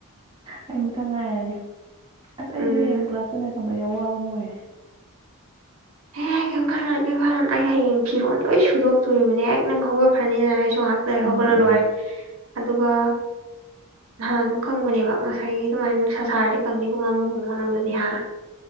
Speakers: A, on the right; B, on the right.
A: ꯑꯩ ꯃꯊꯪ ꯉꯥꯏꯔꯒꯦ ꯑꯁ ꯑꯩꯁꯦ
B: ꯎꯝ
A: ꯍꯌꯦꯡ ꯀ꯭ꯂꯥꯁꯇꯅꯤ ꯈꯪꯕꯁꯦ ꯑ ꯋꯥꯕꯝꯣꯏ <inaudible>
B: ꯍꯦ ꯍꯦꯛ ꯀꯩꯝꯜ ꯀꯩꯝꯀꯜ ꯑꯩ ꯍꯌꯦꯡ ꯐꯤꯔꯣꯟ ꯂꯣꯏ ꯁꯨꯗꯣꯛꯇꯣꯔꯤꯕꯅꯦ ꯍꯦꯛ ꯅꯪ ꯍꯧꯒꯠꯈ꯭ꯔꯅꯤꯗꯅ ꯑꯩꯁꯨ ꯉꯥꯍꯥꯛ ꯂꯩꯔꯒꯥ
A: ꯎꯝ
B: ꯍꯧꯒꯠꯂꯥ ꯂꯣꯏꯔꯦ
A: ꯎꯝ
B: ꯑꯗꯨꯒ ꯅꯍꯥꯟ ꯑꯗꯨꯝ ꯀꯪꯕꯅꯦꯕ ꯉꯁꯥꯏꯒꯤ ꯑꯗꯨꯃꯥꯏꯅ ꯁꯁꯥꯔꯗꯤ ꯀꯪꯅꯤꯕꯨ ꯉꯝꯝꯕꯥꯎ ꯃꯅꯨꯡꯗꯗꯤꯥꯟ